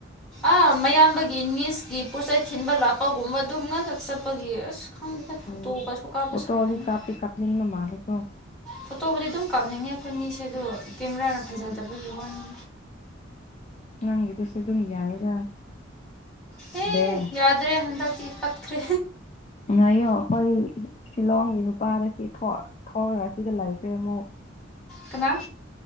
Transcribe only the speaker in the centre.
ꯑꯥ ꯃꯌꯥꯝꯕꯒꯤ ꯅꯤꯁꯀꯤ ꯄꯣꯠꯆꯩ ꯊꯤꯟꯕ ꯂꯥꯛꯄꯒꯨꯝꯕ ꯑꯗꯨꯝ ꯉꯥꯛꯇ ꯆꯠꯄꯒꯤ ꯑꯁ ꯈꯡꯗꯦꯗ ꯐꯣꯇꯣꯀꯥꯁꯨ
ꯀꯥꯞꯄ
ꯁꯡꯗꯦꯗ
ꯐꯣꯇꯣꯕꯨꯗꯤ ꯑꯗꯨꯝ ꯀꯥꯞꯅꯤꯡꯉꯦ ꯑꯈꯣꯏꯃꯤꯁꯦ ꯑꯗꯨ ꯀꯦꯃꯦꯔꯥꯅ ꯐꯖꯗꯕꯒꯤ
ꯋꯥꯅꯤ
ꯍꯦ
ꯌꯥꯗ꯭ꯔꯦ ꯍꯟꯗꯛꯇꯤ ꯄꯠꯋ꯭ꯔꯦ
ꯀꯅꯥ